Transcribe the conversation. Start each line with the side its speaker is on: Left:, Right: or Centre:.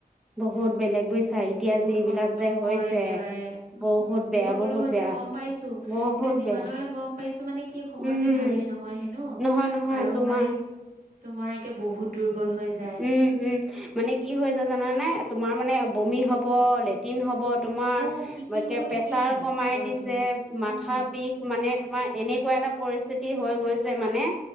Centre: বহুত বেলেগ বুজিছা এতিয়া
Right: বহুত
Centre: যিবিলাক
Right: কষ্ট
Centre: যে
Right: কৰ
Centre: হৈছে
Right: একেবাৰে। এ উম
Centre: বহুত বেয়া
Right: যি সকলৰ
Centre: বহুত
Right: হৈছে
Centre: বেয়া
Right: গম পাইছো
Centre: বহুত
Right: এতিয়া যিমানৰে
Centre: বেয়া
Right: গম পাইছো। মানে কি সহজে
Centre: উম
Right: ভালেই নহয় হেনো
Centre: নহয় নহয়
Right: আৰু
Centre: তোমাৰ
Right: মানে। তোমাৰ একে বহুত দুৰ্বল হৈ যায়।
Centre: উম উম মানে কি হৈ হৈছে জানানে তোমাৰ মানে বমি হ'ব লেটিন হ'ব। তোমাৰ
Right: অ কি কি হব
Centre: কে প্ৰেছাৰ
Right: ঠিকেই নাই
Centre: কমাই
Right: জ্বৰটো
Centre: দিছে
Right: উম
Centre: মাথা বিষ মানে তোমাৰ এনেকুৱা। যি তি হৈ গৈছে মানে।